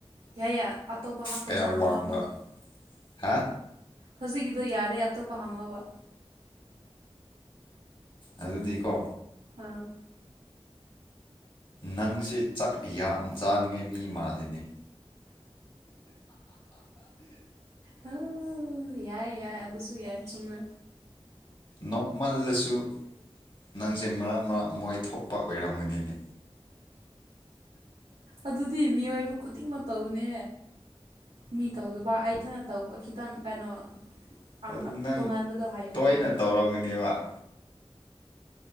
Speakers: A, on the right; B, on the left.
A: ꯌꯥꯏ ꯌꯥꯏ ꯑꯇꯣꯞꯄ ꯍꯥꯈꯣꯏꯁꯥꯡ
B: ꯀꯌꯥ
A: ꯍꯥꯡꯉꯣ
B: ꯋꯥꯡꯕ
A: ꯑꯃꯨꯛ
B: ꯍꯥ
A: ꯍꯧꯖꯤꯛꯀꯤꯗꯣ ꯌꯥꯔꯦ ꯑꯇꯣꯞꯄ ꯍꯥꯡꯉꯧꯕ
B: ꯑꯗꯗꯤꯀꯣ
A: ꯑꯥ
B: ꯅꯪꯁꯦ ꯆꯥꯛ ꯌꯥꯝ ꯆꯥꯅꯤꯡꯉꯥꯏ ꯃꯤ ꯃꯥꯜꯂꯤꯅꯤ
A: ꯍ ꯌꯥꯏ ꯌꯥꯏ ꯑꯗꯨꯁꯨ ꯌꯥꯏ ꯆꯨꯝꯃꯦ
B: ꯅꯣꯡꯃꯜꯂꯁꯨ ꯅꯪꯁꯦ ꯃꯔꯛ ꯃꯔꯛ ꯃꯣꯏ ꯊꯣꯛꯄ ꯑꯣꯏꯔꯝꯒꯅꯤꯅꯦ
A: ꯑꯗꯨꯗꯤ ꯃꯤꯑꯣꯏꯕ ꯈꯨꯗꯤꯡꯃꯛꯛꯇꯧꯅꯦ ꯃꯤ ꯇꯧꯗꯕ ꯑꯩꯊꯅ ꯇꯧꯕ ꯈꯤꯇꯪ ꯈꯤꯇꯪ ꯀꯩꯅꯣ ꯑꯥ
B: ꯑꯗꯨ ꯅꯪ
A: ꯇꯣꯉꯥꯟꯕꯗꯣ ꯍꯥꯏꯕꯅꯦ
B: ꯇꯣꯏꯅ
A: ꯀꯩꯅꯣ
B: ꯇꯧꯔꯝꯒꯅꯦꯕ